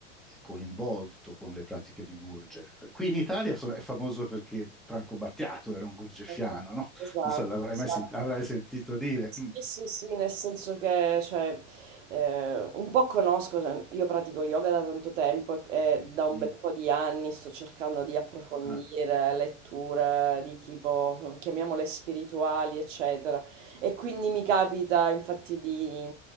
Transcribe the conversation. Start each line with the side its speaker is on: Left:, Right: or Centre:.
Centre: coinvolto con le pratiche di Gurgev. Qui in Italia so- è famoso perché Franco Battiato era un gurgefiano,
Right: Ok,
Centre: non
Right: Esatto,
Centre: so, l'avrai
Right: esatto.
Centre: mai sent- avrai sentito dire.
Right: Sì,
Centre: Mm,
Right: sì, sì, nel senso che cioè, eh, un po' conosco, cioè, io pratico yoga da tanto tempo e, e da un
Centre: mm,
Right: bel po' di anni sto cercando di approfondire
Centre: ah,
Right: letture di tipo, chiamiamole spirituali, eccetera. E quindi mi capita infatti di